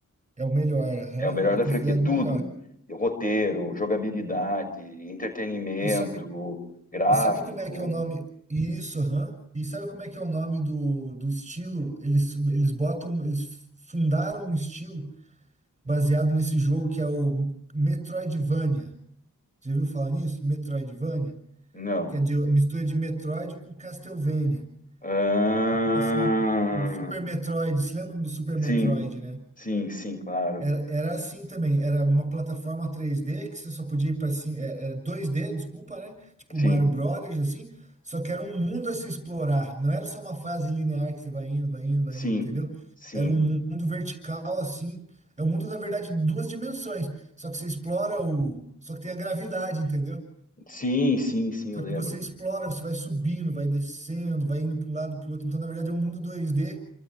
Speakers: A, on the right; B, on the left.
A: É o melhor, aham,
B: É o melhor
A: é
B: da
A: considerado
B: franquia.
A: o
B: Tudo.
A: melhor.
B: Roteiro, jogabilidade, entretenimento,
A: E sabe,
B: gráfico.
A: e sabe como é que é o nome? Isso, aham. E sabe como é que é o nome do, do estilo? Eles, eles botam, eles fundaram um estilo baseado nesse jogo que é o Metroidvania. Já viu falar nisso? Metroidvania?
B: Não.
A: Que é de mistura de Metroid com Castlevania.
B: Ah,
A: Tipo assim, o Super Metroid, se lembra do Super
B: sim,
A: Metroid, né?
B: sim, sim, claro.
A: Era assim também, era uma plataforma 3D que você só podia ir pra cima, é- era 2D, desculpa, né? Tipo
B: Sim,
A: Mario Brothers, assim, só que era um mundo a se explorar, não era só uma fase linear que você vai indo, vai indo, vai
B: sim,
A: indo, entendeu?
B: sim.
A: Era um mundo vertical, assim, é um mundo, na verdade, de duas dimensões, só que você explora o... só que tem a gravidade, entendeu?
B: Sim, sim, sim,
A: Só
B: eu lembro.
A: que você explora, você vai subindo, vai descendo, vai indo para um lado, para o outro, então, na verdade, é um mundo 2D